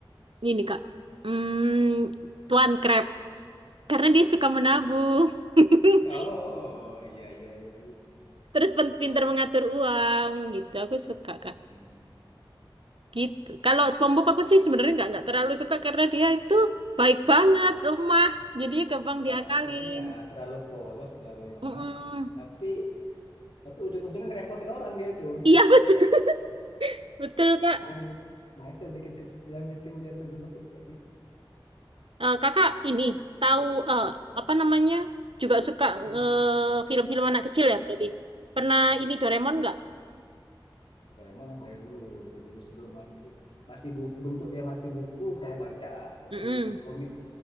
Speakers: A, on the right (about 85°); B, on the left (about 85°).
A: ini, Kak. Hmm, Tuan Crab. Karena dia suka menabung. <laughs>
B: oh iya iya iya
A: Terus pen- pinter mengatur uang gitu. Aku suka, Kak.
B: Hmm.
A: Gitu. Kalau SpongeBob aku sih sebenarnya nggak nggak terlalu suka karena dia itu baik banget, lemah. Jadi gampang diakalin.
B: Ter- ter- iya terlalu polos terlalu lemah
A: Mm-mm.
B: tapi tapi ujung-ujungnya ngerepotin orang dia itu
A: Iya, <laughs> betul. Betul, Kak.
B: yang bi- nah itu yang bikin kes, yang bikin dia tuh gemes itu kayak gitu
A: Eh, kakak ini tahu eh, apa namanya? Juga suka
B: Hmm.
A: eh, film-film anak kecil ya berarti. Pernah ini Doraemon nggak?
B: Doraemon yang dari dulu, dari dulu sebelum masih masih bu- bentuk dia masih buku saya baca masih
A: Mm-mm,
B: komik